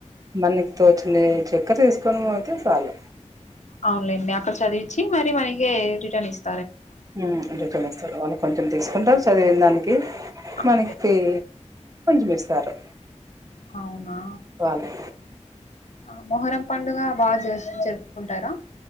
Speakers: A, on the right; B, on the left.
A: మనకి తోచినది ఇచ్చి కథ తీసుకొని పోతే చాలు
B: అవునులేండి అక్కడ చదివిచ్చి మరి మనకి రిటర్న్ ఇస్త
A: హు అంటే కొన్ని ఇస్తారు వాళ్లకు కొన్ని కొన్ని తీసుకుంటారు చదివిన దానికి
B: అంతే
A: మనకి కొంచెం ఇస్తారు
B: అవునా
A: వాళ్ళు
B: ఆ మొహరం పండుగ బాగా చేసి జరుపుకుంటారా